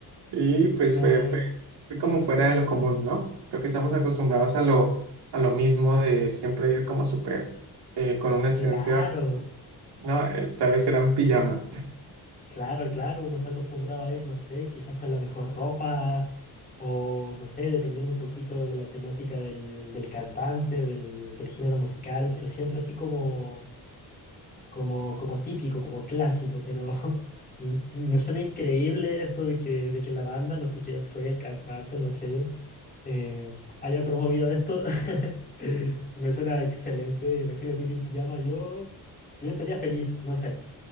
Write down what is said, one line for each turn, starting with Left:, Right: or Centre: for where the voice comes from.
Right: y pues
Left: No,
Right: fue, fue, fue como fuera de lo común, ¿no? Creo que estamos acostumbrados a lo, a lo mismo de siempre ir como súper eh, con un excelente...
Left: claro.
Right: No, esta vez eran pijamas.
Left: Claro, claro, uno está acostumbrado a ir, no sé, quizás con la mejor ropa o no sé, dependiendo un poquito de la temática del, del cantante, del, del género musical, pero siempre así como, como, como típico, como clásico, pero <laughs> m- me suena increíble esto de que, de que la banda, no sé quién fue el cantante, no sé, eh, haya promovido esto. <laughs> Me suena excelente, imagínate ir en pijama, yo, yo estaría feliz, no sé